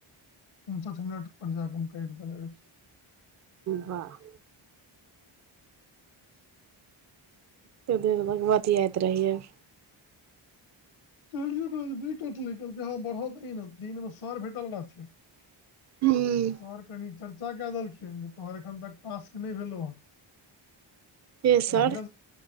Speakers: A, on the left; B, on the right.
A: उनसठ मिनट पर जाकऽ हम कैट देने रहिऐ।
B: वाह।
A: <inaudible>
B: कतेक देर बतियाइत रहै यऽ।
A: कैलिए टा तऽ नै कटलै कहलकै हँ बढ़ऽ दही नऽ दिनमे सर भेटल रहथिन।
B: हूं
A: तऽ सर कनि चर्चा कए देलखिन जे तोहर एखन तक टास्क नहि भेलौ हेँ।
B: के सर
A: धीरज